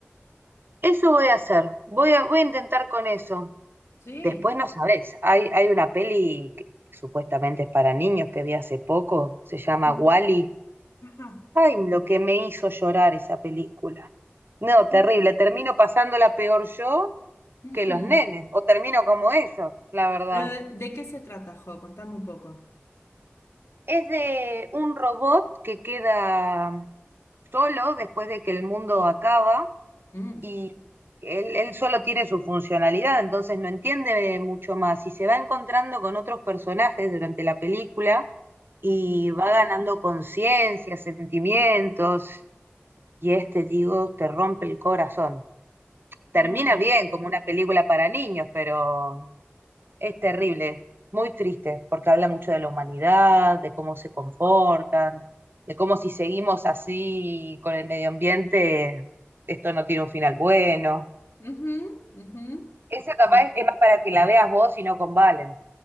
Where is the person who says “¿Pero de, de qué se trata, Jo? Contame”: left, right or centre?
Left